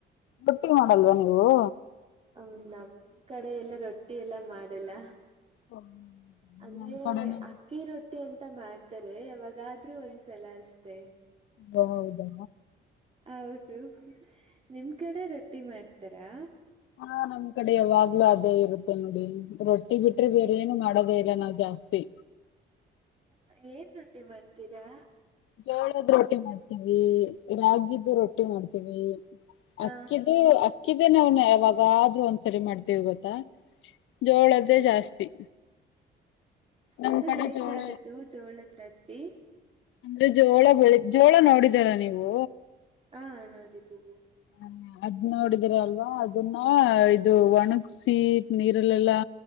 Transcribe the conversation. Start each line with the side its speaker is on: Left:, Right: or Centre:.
Left: ರೊಟ್ಟಿ ಮಾಡಲ್ವಾ ನೀವು
Right: ಹ ನಮ್ ಕಡೆ ಎಲ್ಲ ರೊಟ್ಟಿ ಎಲ್ಲಾ ಮಾಡಲ್ಲ
Left: ಓ,
Right: ಅಂದ್ರೆ
Left: ನಮ್ ಕಡೆನೂ
Right: ಅಕ್ಕಿ ರೊ ಟ್ಟಿ ಅಂತ ಮಾಡ್ತಾರೆ ಯವಾಗಾದ್ರೂ ಒಂದ್ಸಲ ಅಷ್ಟೆ
Left: ಹೌದಾ
Right: ಹೌದು ನಿಮ್ ಕಡೆ ರೊಟ್ಟಿ ಮಾಡ್ತಾರಾ
Left: ಹಾ ನಮ್ ಕಡೆ ಯಾವಾಗ್ಲೂ ಅದೇ ಇರುತ್ತೆ ನೋಡಿ ರೊಟ್ಟಿ ಬಿಟ್ರೆ ಬೇರೆ ಏನು ಮಾಡೋದೇ ಇಲ್ಲ ನಾವ್ ಜಾ ಸ್ತಿ
Right: ಹ ಏನ್ ರೊಟ್ಟಿ ಮಾಡ್ತೀರಾ
Left: ಜೋಳದ ರೊಟ್ಟಿ ಮಾಡ್ತೀವಿ ರಾಗಿದು ರೊಟ್ಟಿ ಮಾಡ್ತೀವಿ
Right: ಹ
Left: ಅಕ್ಕಿದು ಅಕ್ಕಿದೇ ನಾವ್ ಯಾವಾಗಾದ್ರೂ ಒಂದ್ಸರಿ ಮಾಡ್ತಿವಿ ಗೊತ್ತಾ ಜೋಳದ್ದೆ ಜಾಸ್ತಿ ನಮ್
Right: ಅದು
Left: ಕಡೆ
Right: ಹೇಗ್
Left: ಜೋಳ
Right: ಮಾಡದು ಜೋಳದ್ರತ್ತಿ
Left: ಅಂದ್ರೆ ಜೋಳ ಬೆಳಿ ಜೋಳ ನೋಡಿದಿರ ನೀವು
Right: ಹಾ ನೋಡಿದ್ದಿವಿ
Left: ಹ ಅದ್ ನೋಡಿದ್ರ ಅಲ್ವಾ ಅದನ್ನ ಇದು ಒಣಗ್ಸಿ ನೀರಲ್ಲೆಲ್ಲಾ